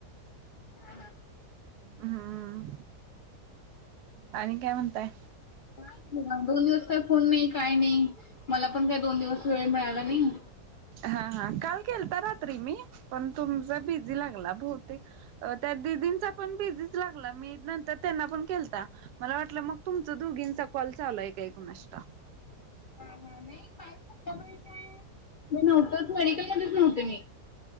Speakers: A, on the left; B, on the right.
A: हा हा.
B: हम्म आणि काय म्हणताय?
A: नाही बा. दोन दिवस काही फोन नाही. काय नाही. मला पण काही दोन दिवस वेळ मिळाला नाही.
B: हा हा काल केलता रात्री मी पण तुमचा बिझी लागला. हो, त्या दीदींनचा पण बिझी च लागला. मी नंतर त्यांना पण केलता. मला वाटलं मग तुमचं दोघींचा कॉल चालू आहे का कुणासतो.
A: नाही काही शकत नाही काय मी नव्हतच मेडिकल मध्येच नव्हते मी.